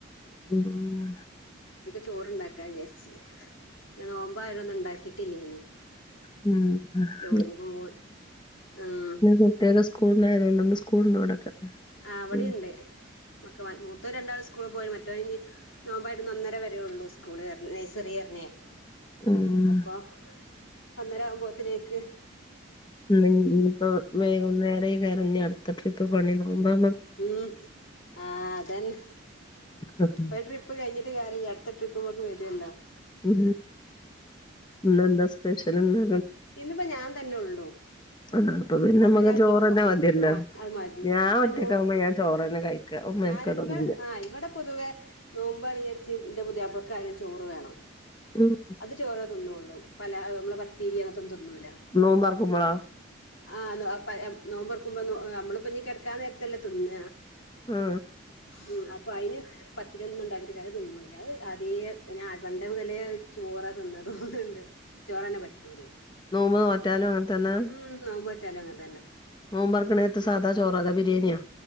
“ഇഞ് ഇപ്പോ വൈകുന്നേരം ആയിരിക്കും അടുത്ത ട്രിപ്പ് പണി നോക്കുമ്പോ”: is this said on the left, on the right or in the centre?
Left